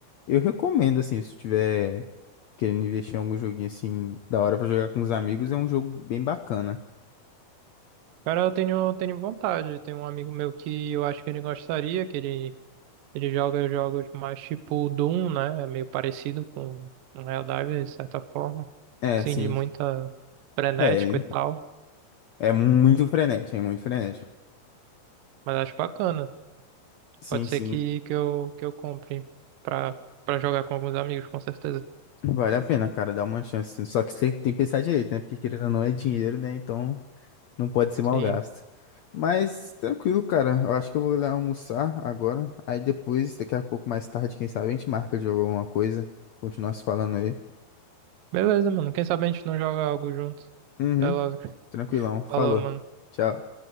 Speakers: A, on the left; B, on the right.
A: Eu recomendo, assim, se tu tiver querendo investir em algum joguinho, assim, da hora pra jogar com os amigos, é um jogo bem bacana.
B: Cara, eu tenho, tenho vontade. Tem um amigo meu que eu acho que ele gostaria, que ele, ele joga jogos mais tipo Doom, né? É meio parecido com um Helldivers, de certa forma.
A: É,
B: Assim,
A: sim.
B: de muita frenético
A: É,
B: e tal.
A: é muito frenético, é muito frenético.
B: Mas acho bacana.
A: Sim,
B: Pode
A: sim.
B: ser que, que eu, que eu compre pra, pra jogar com alguns amigos, com certeza.
A: Vale a pena, cara, dar uma chance. Só que você tem que pensar direito, né? Porque querendo ou não é dinheiro, né? Então não pode ser mal
B: Sim.
A: gasto. Mas tranquilo, cara. Eu acho que eu vou lá almoçar agora. Aí depois, daqui a pouco, mais tarde, quem sabe, a gente marca de alguma coisa. Continuar se falando aí.
B: Beleza, mano. Quem sabe a gente não joga algo junto.
A: Uhum,
B: Até logo.
A: tranquilão. Falou.
B: Falou, mano.
A: Tchau.